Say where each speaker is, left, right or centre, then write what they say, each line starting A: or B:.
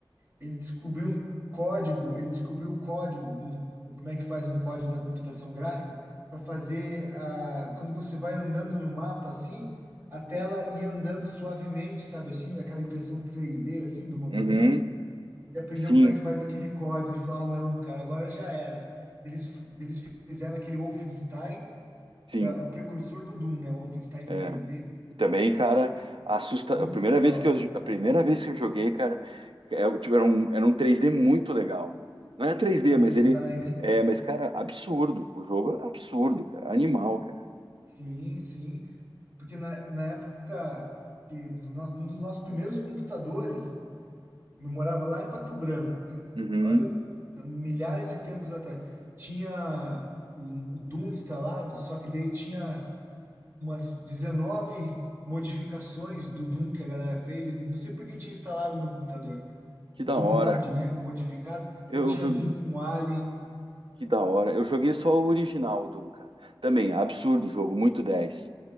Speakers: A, on the right; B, on the right.
A: ele descobriu um código, ele descobriu o código, um- um- como é que faz um código da computação gráfica para fazer a, quando você vai andando no mapa assim, a tela ir andando suavemente, sabe assim, aquela impressão 3D assim do movimento.
B: uhum.
A: Ele aprendeu
B: Sim,
A: como é que faz aquele código e falou: ah, não, cara, agora já era. Eles, eles fizeram aquele Wolfenstein,
B: sim.
A: que é o precursor do Doom, né? O Wolfenstein
B: É.
A: 3D.
B: E Também, cara, assusta.
A: Muito
B: A primeira
A: legal.
B: vez que eu, a primeira vez que eu joguei, cara, é, tipo, era um, era um três d muito legal. Não é três d
A: Wolfenstein,
B: mas ele.
A: né?
B: É, mas, cara, absurdo. O jogo é absurdo, cara. Animal, cara.
A: Sim, sim. Porque na, na época que do nosso, um dos nossos primeiros computadores, eu morava lá em Pato Branco, cara.
B: Uhum.
A: Olha, há milhares de tempos atrás. Tinha o, o Doom instalado, só que daí tinha umas 19 modificações do Doom que a galera fez. E não sei por que tinha instalado no meu computador.
B: Que da
A: Doom
B: hora.
A: mod, né? Modificado. Então
B: Eu
A: tinha
B: joguei.
A: Doom com Alien.
B: Que da hora. Eu joguei só o original, Doom, cara. Também, absurdo o jogo, muito 10.